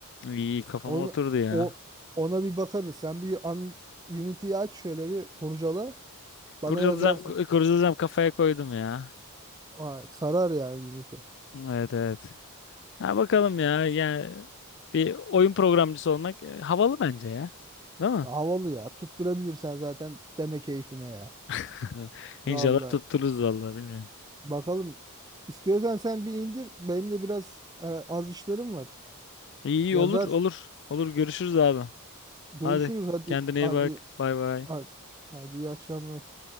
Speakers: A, on the left; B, on the right.
A: İyi kafama
B: Onu,
A: oturdu ya.
B: o ona bir bakarız. Sen bir an, Unity'yi aç şöyle bir kurcala. Bana
A: Kurcalayacağım,
B: yazarsın.
A: ku- kurcalayacağım kafaya koydum ya.
B: Aa, sarar yani Unity.
A: Evet evet. Ha bakalım ya. Yani bir oyun programcısı olmak e, havalı bence ya. Değil mi?
B: Havalı ya. Tutturabilirsen zaten deme keyfine ya.
A: <laughs> İnşallah
B: Vallahi
A: tuttururuz vallahi bilmiyorum.
B: bakalım. İstiyorsan sen bir indir. Benim de biraz e, az işlerim var.
A: İyi iyi
B: Yazarsın.
A: olur olur. Olur görüşürüz abi.
B: Görüşürüz
A: Hadi
B: hadi
A: kendine iyi
B: hadi
A: bak. Bay bay.
B: hadi, hadi iyi akşamlar.